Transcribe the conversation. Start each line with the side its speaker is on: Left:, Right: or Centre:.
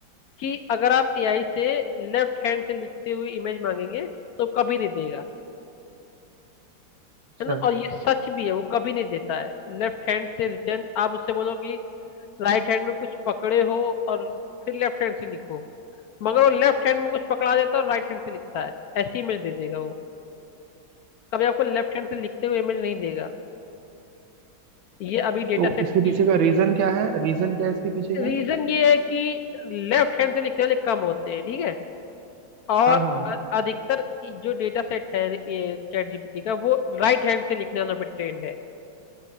Left: कि अगर आप एआई से लेफ्ट हैंड से लिखते हुए इमेज मांगेंगे तो कभी नहीं देगा
Right: अच्छा
Left: है ना और ये सच भी है वो कभी नहीं देता है लेफ्ट हैंड से रिटर्न आप उससे बोलो कि राइट हैंड में कुछ पकड़े हो और फिर लेफ्ट हैंड से लिखो मगर वो लेफ्ट हैंड में कुछ पकड़ा देता है और राइट हैंड से लिखता है ऐसी इमेज दे देगा वो कभी आपको लेफ्ट हैंड से लिखते हुए इमेज नहीं देगा ये अभी डेटा
Right: तो
Left: सेट
Right: इसके
Left: की
Right: पीछे का रीजन क्या है रीजन क्या है इसके पीछे
Left: रीजन
Right: का
Left: ये है कि लेफ्ट हैंड से लिखने वाले कम होते हैं ठीक है और
Right: हाँ हाँ
Left: अ- अधिकतर जो डेटा सेट है ये चैट जीपीटी का वो राइट हैंड से लिखने वालों पर ट्रेंड है